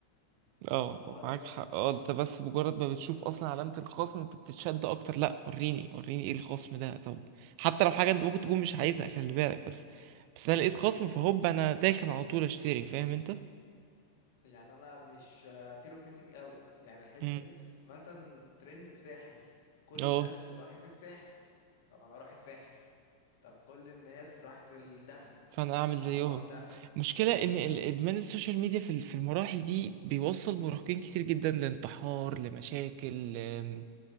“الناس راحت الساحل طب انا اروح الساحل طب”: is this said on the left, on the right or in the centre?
Left